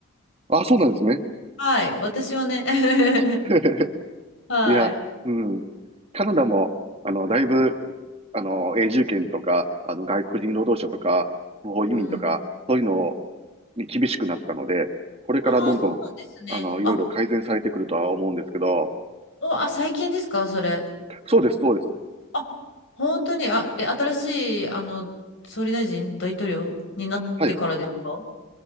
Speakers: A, on the right; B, on the left.
A: あ、そうなんですね。
B: はい、私はね。<laughs>
A: <laughs>
B: はい。
A: いや、うん。カナダも、あの、だいぶあの、永住権とか、あの、外国人労働者とか、不法移民とか、
B: うん。
A: そういうのに厳しくなったので、これからどんどん、
B: ああ、そうなんですね。
A: あの、いろいろ改善されてくるとは思うんですけど、
B: あ、お、あ、最近ですか、それ。
A: そうです、そうです。
B: あ、本当に、あ、え、新しい、あの、総理大臣、大統領になってからですか
A: はい。